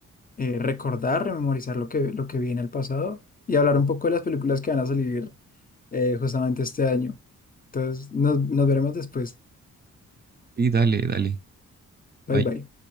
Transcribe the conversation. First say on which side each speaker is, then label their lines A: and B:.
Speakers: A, on the left; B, on the right.
A: eh, recordar, rememorizar lo que, lo que vi en el pasado y hablar un poco de las películas que van a salir eh, justamente este año. Entonces, nos, nos veremos después.
B: Y dale, dale.
A: Bye
B: Bye.
A: bye.